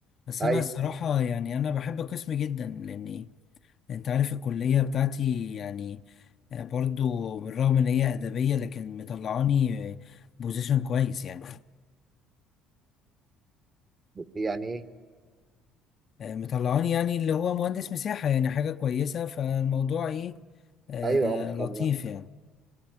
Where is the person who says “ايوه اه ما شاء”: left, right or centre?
Right